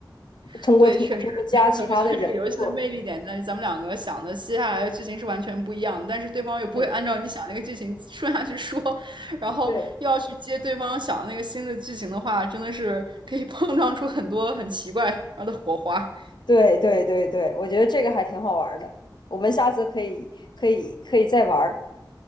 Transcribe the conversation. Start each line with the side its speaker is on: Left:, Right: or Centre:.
Right: <laughs>
Left: 通过通过通过加其他的人物，
Right: 对，确实，<laughs> 我觉得这个游戏的魅力点在于咱们两个想的接下来的剧情是完全不一样的，但是对方又不会按照你想那个剧情顺下去说，
Left: 对
Right: 然后又要去接对方想的那个新的剧情的话，
Left: 对
Right: 真的是可以 <laughs> 碰撞出很多很奇怪的火花。
Left: 对对对对，我觉得这个还挺好玩的，我们下次可以可以可以再玩儿，